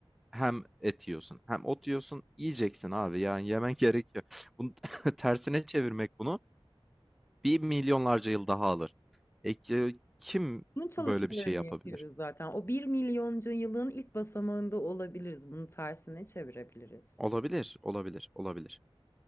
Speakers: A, in the centre; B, on the left.
A: hem et yiyorsun hem ot yiyorsun. Yiyeceksin abi, yani, yemen gerekiyor. Bunun <laughs> tersine çevirmek bunu bir milyonlarca yıl daha alır. E, ki- kim
B: Bunun çalışmalarını
A: böyle bir şey yapabilir?
B: yapıyoruz zaten. O bir milyoncu yılın ilk basamağında olabiliriz. Bunu tersine çevirebiliriz.
A: Olabilir, olabilir, olabilir.